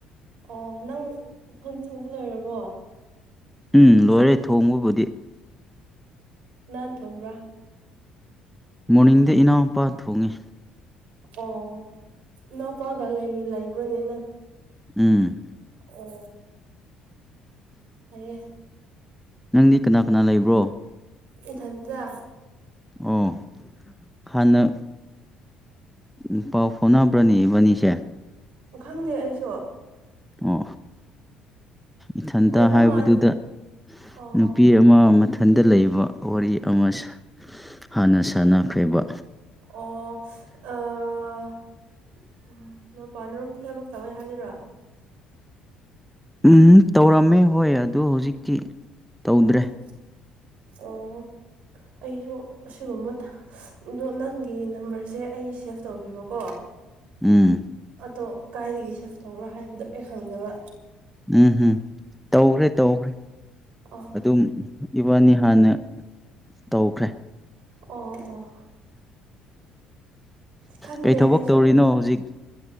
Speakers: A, on the right; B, in the centre.
A: ꯑꯣ ꯅꯪ ꯊꯣꯡꯕ ꯂꯣꯏꯔꯕꯣ
B: ꯎꯝ ꯂꯣꯏꯔꯦ ꯊꯣꯡꯕꯕꯨꯗꯤ
A: ꯅꯥꯟ ꯊꯝꯕ꯭ꯔꯥ
B: ꯃꯣꯔꯅꯤꯡꯗ ꯏꯅꯥꯎꯄꯥ ꯊꯣꯡꯉꯤ
A: ꯑꯣ ꯏꯅꯥꯎꯄꯥꯒ ꯂꯩꯕ꯭ꯔꯣꯅꯤꯅ
B: ꯎꯝ
A: ꯑꯣ ꯐꯌꯦ
B: ꯅꯪꯗꯤ ꯀꯅꯥ ꯀꯅꯥ ꯂꯩꯕ꯭ꯔꯣ
A: ꯏ ꯊꯟꯗ
B: ꯑꯣ ꯍꯅ ꯎ ꯄꯥꯎ ꯐꯣꯅꯕ꯭ꯔꯅꯤꯕꯅꯤꯁꯦ
A: ꯈꯪꯗꯦ ꯑꯩꯁꯨ
B: ꯑ ꯏꯊꯟꯇ
A: ꯑꯣꯏꯕ
B: ꯍꯥꯏꯕꯗꯨꯗ
A: ꯃꯥꯜ ꯑꯣ
B: ꯅꯨꯄꯤ
A: ꯑꯣ
B: ꯑꯃ ꯃꯊ ꯏꯊꯟꯗ ꯂꯩꯕ ꯋꯥꯔꯤ ꯑꯃ ꯍꯥꯟꯅ ꯁꯥꯟꯅꯈ꯭ꯔꯦꯕ
A: ꯑꯣ ꯑ ꯎꯝ ꯃꯄꯥꯟꯔꯣꯝꯗ ꯊꯕꯛ ꯇꯧꯋꯦ ꯍꯥꯏꯗꯣꯏꯔꯣ
B: ꯎꯝ ꯇꯧꯔꯝꯃꯦ ꯍꯣꯏ ꯑꯗ ꯍꯧꯖꯤꯛꯇꯤ ꯇꯧꯗ꯭ꯔꯦ
A: ꯑꯣ ꯑꯣ ꯑꯩꯁꯨ ꯑꯁꯤꯒꯨꯝꯕ ꯑꯗꯣ ꯅꯪꯒꯤ ꯅꯝꯕꯔꯁꯦ ꯑꯩ ꯁꯦꯚ ꯇꯧꯕꯤꯕꯀꯣ
B: ꯎꯝ
A: ꯑꯗꯣ ꯀꯥꯏꯗꯒꯤ ꯁꯦꯞ ꯇꯧꯕ꯭ꯔꯣ ꯍꯥꯏꯕꯗꯣ ꯑꯩ ꯈꯪꯗꯕ
B: ꯎꯝ ꯎꯝ ꯇꯧꯈ꯭ꯔꯦ ꯇꯧꯈ꯭ꯔꯦ
A: ꯑꯣ
B: ꯑꯗꯨꯝ ꯏꯕꯥꯅꯤ ꯍꯥꯟꯅ ꯇꯧꯈ꯭ꯔꯦ
A: ꯑꯣ ꯑꯣ ꯈꯪꯗꯦ
B: ꯀꯩ ꯊꯕꯛ
A: ꯑꯩꯁꯨ
B: ꯇꯧꯔꯤꯅꯣ ꯍꯧꯖꯤꯛ